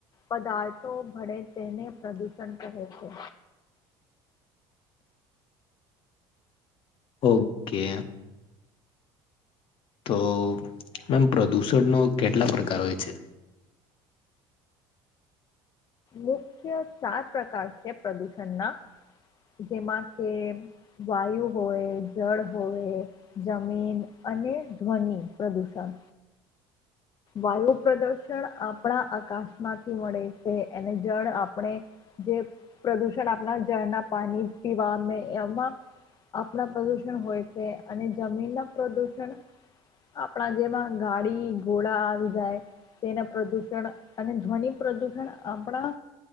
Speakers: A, on the left (about 35°); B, on the left (about 55°).
A: પદાર્થો ભળે તેને પ્રદૂષણ કહે છે.
B: ઓકે. તો મેમ પ્રદુષણનો કેટલા પ્રકાર હોય છે.
A: મુખ્ય ચાર પ્રકાર છે પ્રદૂષણના જેમાં કે. વાયુ હોય જળ હોય. જમીન અને ધ્વનિ પ્રદુષણ. વાયુ પ્રદૂષણ આપણા આકાશમાંથી મળે છે એને જળ આપણે. જે પ્રદુષણ આપણા જળના પાણી પીવા એમાં. આપણા પ્રદુષણ હોય છે અને જમીન ના પ્રદુષણ. આપણા જેમાં ગાડી. ઘોડા આવી જાય તેના પ્રદુષણ અને ધ્વનિ પ્રદુષણ આપણા.